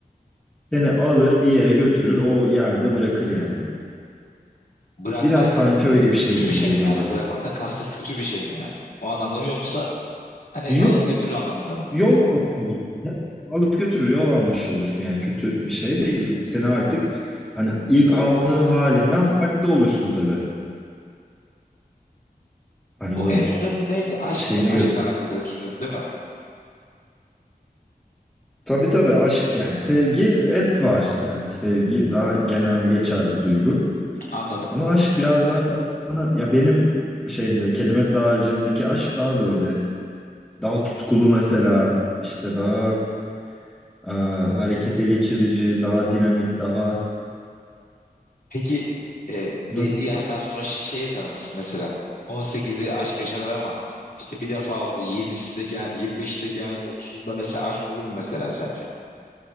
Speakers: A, in the centre; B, on the left.
A: seni alır bir yere götürür o yerde bırakır yani.
B: Bırakmak
A: Biraz sanki öyle bir şey
B: kötü
A: gibi
B: bir şey
A: geliyor
B: mi yani?
A: bana.
B: Bırakmaktan kastın kötü bir şey mi yani? O anlamda mı yoksa hani
A: Yok
B: alıp götürür anlamında mı?
A: Yol almış olursun. Alıp götürür yol almış olursun yani kötü bir şey değil. Seni artık hani ilk aldığı halinden farklı olursun tabii. Hani o
B: O en son dedin neydi? Aşk,
A: şeyine
B: aşkla
A: göre.
B: alakalı dedin söyledin değil mi?
A: Tabii tabii aşk yani sevgi hep var. Yani sevgi daha genel geçer bir duygu.
B: Anladım.
A: Ama aşk biraz daha sana ya benim şeyimde kelime dağarcığımdaki aşk daha böyle daha tutkulu mesela işte daha e, harekete geçirici, daha dinamik, daha
B: Peki e,
A: nasıl
B: belli yaştan sonra şey, şey insanı mısın mesela? 18'de aşk yaşanır ama işte bir defa oldu. 20'sinde gel 25'inde gelmez. 30'unda mesela aşk olur mu mesela sence?